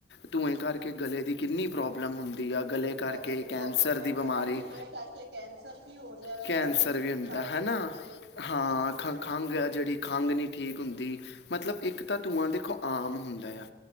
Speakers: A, on the left; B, on the right.
A: ਧੂੰਏ ਕਰਕੇ, ਗਲੇ ਦੀ ਕਿੰਨੀ ਪ੍ਰੋਬਲਮ ਹੁੰਦੀ ਆ ਕਰਕੇ
B: ਗਲੇ ਦੀ
A: ਕੈਂਸਰ
B: ਪ੍ਰੋਬਲਮ ਹੈ,
A: ਦੀ ਬਿਮਾਰੀ
B: ਪਤਾ ਧੂਏ ਕਰਕੇ ਕੈਂਸਰ ਵੀ ਹੋ ਰਿਹਾ ਹੈ,
A: ਕੈਂਸਰ
B: ਦਮੇ ਦੀ
A: ਵੀ
B: ਸ਼ਿਕਾਯਤ
A: ਹੁੰਦਾ ਹੈ
B: ਸਿਹਤ
A: ਨਾ
B: ਹੋ ਰਹੀ ਹੈ
A: ਹਾਂ ਖ
B: ਹਾਂਜੀ
A: ਖੰਘ ਆ, ਜਿਹੜੀ ਖੰਘ ਨੀ ਠੀਕ ਹੁੰਦੀ ਮਤਲਬ ਇੱਕ ਤਾਂ ਧੂੰਆਂ ਦੇਖੋ ਆਮ ਹੁੰਦਾ ਆ,